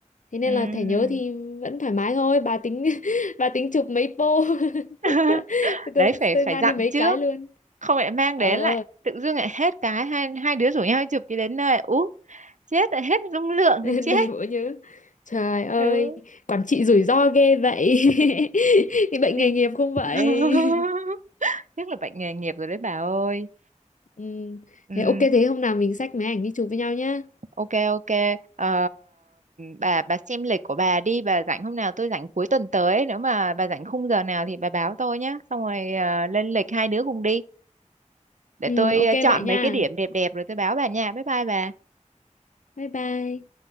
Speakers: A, on the left (about 80°); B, on the right (about 70°).
A: thế nên
B: ừ
A: là thẻ nhớ thì vẫn thoải mái thôi bà tính <laughs> bà tính chụp mấy pô
B: <laughs>
A: <laughs>
B: đấy
A: tôi,
B: phải
A: tôi
B: phải
A: mang
B: dặn
A: đi mấy
B: trước
A: cái luôn
B: không lại mang
A: ờ
B: đến lại tự dưng lại hết cái hai hai đứa rủ nhau đi chụp cái đến nơi ú chết lại hết dung lượng
A: <laughs>
B: thì chết
A: đầy bộ nhớ trời ơi
B: ừ
A: quản trị rủi ro ghê vậy <laughs> thì bệnh
B: đi
A: nghề nghiệp không vậy
B: <laughs> chắc là bệnh nghề nghiệp rồi đấy bà ơi
A: ừ.
B: Ừm,
A: thế ok thế hôm nào mình xách máy ảnh đi chụp với nhau nhá
B: ok ok Ờ, bà bà xem lịch của bà đi bà rảnh hôm nào tôi rảnh cuối tuần tới nếu mà bà rảnh khung giờ nào thì bà báo tôi nhé xong rồi ờ, lên lịch hai đứa cùng đi để
A: ừ
B: tôi
A: ok
B: ờ, chọn
A: vậy nha
B: mấy cái điểm đẹp đẹp rồi tôi báo bà nha bye bye bà
A: bye bye